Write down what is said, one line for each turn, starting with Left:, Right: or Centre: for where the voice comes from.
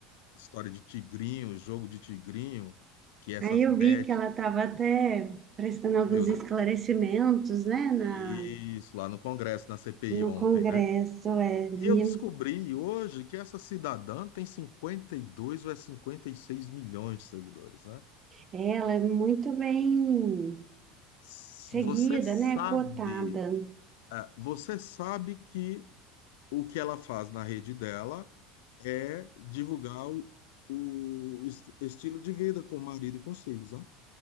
Left: história de tigrinho, jogo de tigrinho, que é essas
Right: Aí eu
Left: bets,
Right: vi que ela estava até prestando alguns
Left: viu, né?
Right: esclarecimentos, né, na,
Left: Isso, lá no Congresso, na CPI
Right: no
Left: ontem,
Right: Congresso.
Left: né?
Right: É, vi.
Left: E eu descobri hoje que essa cidadã tem 52 ou é 56 milhões de seguidores, né?
Right: Ela é muito bem
Left: S-
Right: seguida,
Left: Você sabe,
Right: né, cotada.
Left: ah, você sabe que o que ela faz na rede dela é divulgar o, o est- estilo de vida com o marido e com os filhos, né?